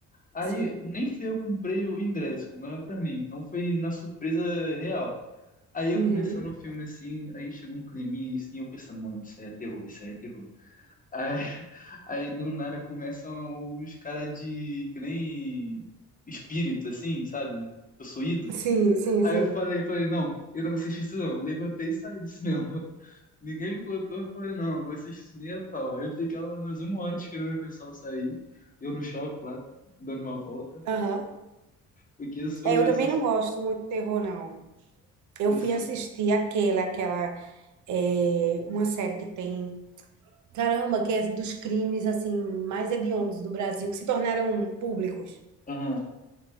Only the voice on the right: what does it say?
Sim.
Uhum.
Sim, sim,
sim.
Aham.
É, eu
também
não gosto muito de terror, não. Eu
fui
assistir aquela, aquela, é, uma série que tem, caramba, que é dos crimes, assim, mais hediondos do Brasil, que se tornaram públicos.